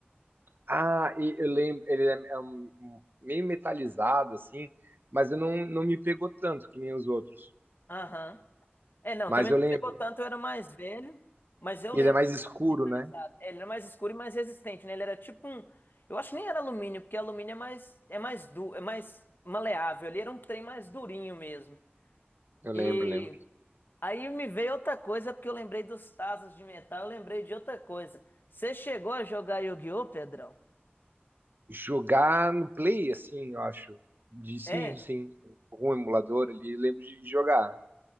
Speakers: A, on the right; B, on the left.
A: Ah, e eu lembro, ele é, é um- um- meio metalizado, assim, mas eu não, não me pegou tanto que nem os outros.
B: Aham. É, não,
A: Mas
B: também
A: eu
B: não
A: lembro.
B: pegou tanto, eu era mais velho, mas eu
A: Ele
B: lembro
A: é mais escuro,
B: tava metalizado.
A: né?
B: É, ele era mais escuro e mais resistente, né? Ele era tipo um. Eu acho que nem era alumínio, porque alumínio é mais, é mais du, é mais maleável. Ele era um trem mais durinho mesmo.
A: Eu
B: E
A: lembro, lembro.
B: aí me veio outra coisa, porque eu lembrei dos tazos de metal, eu lembrei de outra coisa. Você chegou a jogar Yu-Gi-Oh, Pedrão?
A: Jogar no Play, assim, eu acho. De, sim,
B: É,
A: sim. Algum emulador ali, eu lembro de jogar.